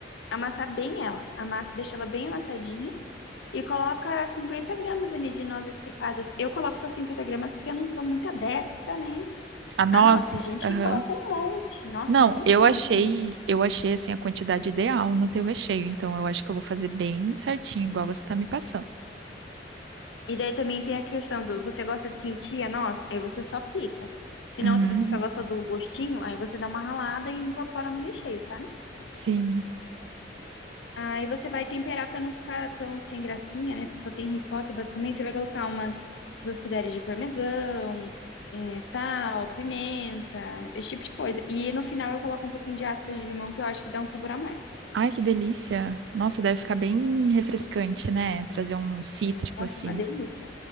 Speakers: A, on the left; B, on the right.
A: amassar bem ela. Amassa, deixa ela bem amassadinha e coloca 50 gramas ali de nozes picadas. Eu coloco só 50 gramas porque eu não sou muito adepta, né?
B: A nozes,
A: Ah, nossa, tem gente
B: aham.
A: que coloca um monte. Nossa,
B: Não,
A: um montão,
B: eu achei,
A: assim.
B: eu achei assim a quantidade ideal no teu recheio, então eu acho que eu vou fazer bem certinho, igual você tá me passando.
A: E daí também tem a questão do você gosta de sentir a noz? Aí você só pica. Se
B: Uhum.
A: não, se você só gosta do gostinho, aí você dá uma ralada e incorpora no recheio, sabe?
B: Sim.
A: Aí você vai temperar pra não ficar tão sem gracinha, né? Porque só tem ricota, basicamente. Você vai colocar umas duas colheres de parmesão, eh, sal, pimenta, esse tipo de coisa. E no final eu coloco um pouquinho de aspas de limão, que eu acho que dá um sabor a mais.
B: Ai, que delícia. Nossa, deve ficar bem refrescante, né? Trazer um cítrico
A: Nossa,
B: assim.
A: uma delícia.